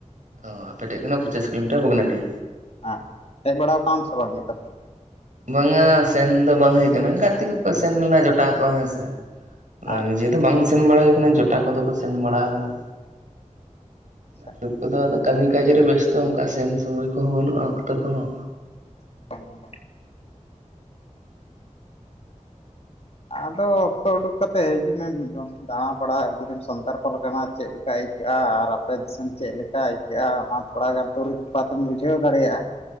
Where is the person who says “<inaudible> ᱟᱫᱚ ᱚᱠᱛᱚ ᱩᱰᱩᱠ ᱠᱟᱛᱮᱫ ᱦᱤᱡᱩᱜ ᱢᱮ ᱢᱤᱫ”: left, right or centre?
Left